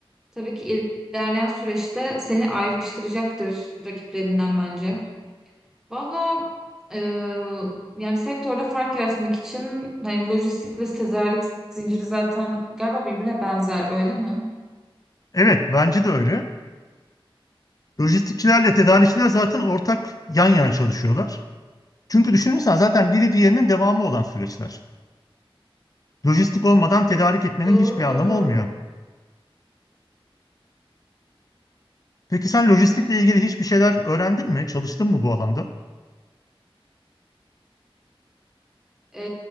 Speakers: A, in the centre; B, on the left.
A: Tabii ki ilerleyen süreçte seni ayrıştıracaktır rakiplerinden bence. Valla e, yani sektörde fark yaratmak için hani lojistik ve tedarik zinciri zaten galiba birbirine benzer öyle mi?
B: Evet, bence de öyle. Lojistikçilerle tedarikçiler zaten ortak yan yana çalışıyorlar. Çünkü düşünürsen zaten biri diğerinin devamı olan süreçler. Lojistik olmadan tedarik etmenin
A: Doğru
B: hiçbir anlamı
A: doğru.
B: olmuyor. Peki sen lojistikle
A: Hı hı.
B: ilgili hiçbir şeyler öğrendin mi? Çalıştın mı bu alanda?
A: E,